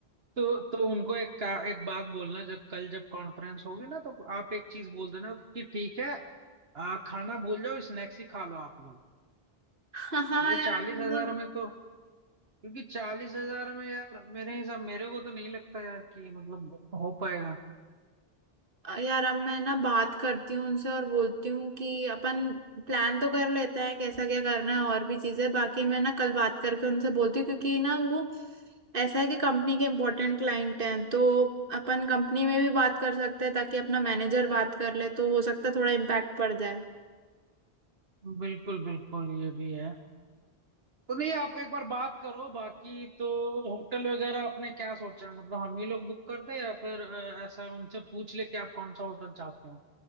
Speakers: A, on the right; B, on the right.
A: तो तो उनको एक का एक बात बोलना जब कल जब कॉन्फ्रेंस होगी ना तो आप एक चीज बोल देना कि ठीक है आ, खाना भूल जाओ स्नैक्स ही खा लो आप लोग
B: हाँ हाँ
A: क्योंकि
B: यार
A: चालीस
B: मतलब
A: हजार में तो क्योंकि चालीस हजार में यार मेरे हिसाब मेरे को तो नहीं लगता यार कि मतलब हो पाएगा
B: यार अब मैं ना बात करती हूँ उनसे और बोलती हूँ कि अपन प्लान तो कर लेते हैं कैसा क्या करना है और भी चीजें बाकी मैं ना कल बात करके उनसे बोलती हूँ क्योंकि ना वो ऐसा है कि कंपनी के इम्पोर्टेंट क्लाइंट हैं तो अपन कंपनी में भी बात कर सकते हैं ताकि अपना मैनेजर बात कर ले तो हो सकता है थोड़ा इम्पैक्ट पड़ जाए
A: बिल्कुल बिल्कुल ये भी है तो नहीं आप एक बार बात करो बाकी तो होटल वगैरह आपने क्या सोचा है? मतलब हम ही लोग बुक कर दें या फिर अ, ऐसा उनसे पूछ ले कि आप कौन सा होटल चाहते हो